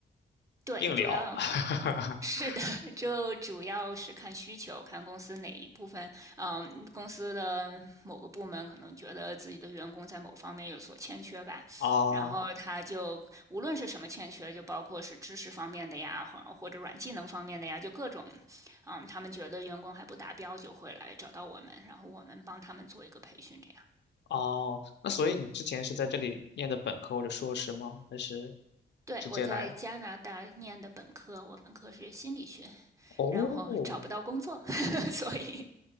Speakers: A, on the right; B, on the left.
A: 对，
B: 硬聊。
A: 主要
B: <laughs>
A: <laughs> 是的，<laughs> 就主要是看需求，看公司哪一部分，嗯，公司的某个部门可能觉得自己的员工在某方面有所欠缺吧，
B: 哦
A: 然后他就无论是什么欠缺，就包括是知识方面的呀，或或者软技能方面的呀，就各种，嗯，他们觉得员工还不达标，就会来找到我们，然后我们帮他们做一个培训，这样。
B: 哦，那所以你之前是在这里念的本科或者硕士吗？还是
A: 对，
B: 直接来的
A: 我在加拿大念的本科，我本科是心理学，
B: 哦
A: 然后找不到工作，<laughs> 所以